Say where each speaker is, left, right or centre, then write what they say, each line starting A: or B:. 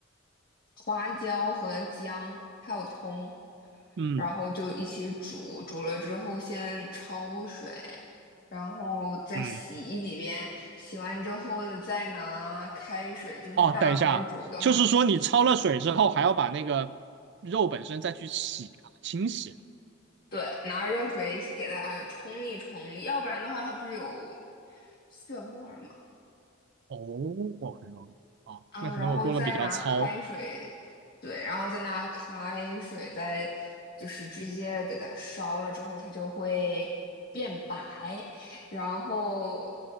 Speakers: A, on the left; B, on the right.
A: 花椒和姜还有葱，
B: 嗯
A: 然后就一起煮，煮了之后先焯水，然后再洗几遍，
B: 嗯
A: 洗完之后再拿开水，就是大火煮的哈，
B: 哦，等一下啊，就是说你焯了水之后，还要把那个肉本身再去洗啊、清洗啊。
A: 对，拿热水给它冲一冲，要不然的话它不是有血沫儿吗？
B: 哦，我朋了。哦，
A: 啊，
B: 那可能我过得比较糙
A: 然后再拿开水，对，然后再拿开水，再就是直接给它烧了之后，它就会变白，然后